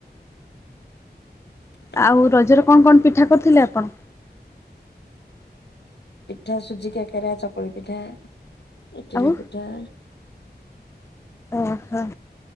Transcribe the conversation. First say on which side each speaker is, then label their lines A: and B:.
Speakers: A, on the left; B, on the left.
A: ହଁ
B: ଆଉ ରଜରେ କଣ କଣ ପିଠା କରିଥିଲେ ଆପଣ?
A: ପିଠା ସୁଜି କେକେରା ଚକୁଳି ପିଠା ଇଟିଲି
B: ଆଉ
A: ପିଠା।
B: ଓହୋ।